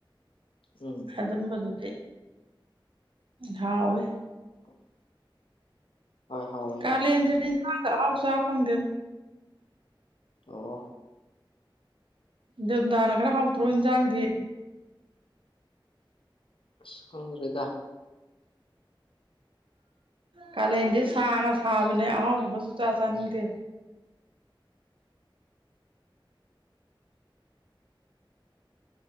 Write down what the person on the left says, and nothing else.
ꯎꯝ
<inaudible> ꯍꯣꯏ ꯍꯥꯎꯋꯦ
ꯍꯥꯎꯋꯦ
ꯑꯣ
ꯑꯁ ꯈꯪꯗ꯭ꯔꯦꯗ